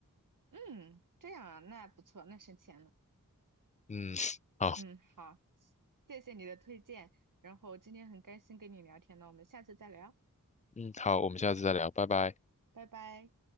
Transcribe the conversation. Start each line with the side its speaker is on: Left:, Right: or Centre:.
Right: 嗯，这样啊，那不错，那省钱了。
Left: 嗯，好，
Right: 嗯，好，谢谢你的推荐，然后今天很开心跟你聊天呢，我们下次再聊，
Left: 嗯，好，我们下次再聊，拜拜。
Right: 拜拜。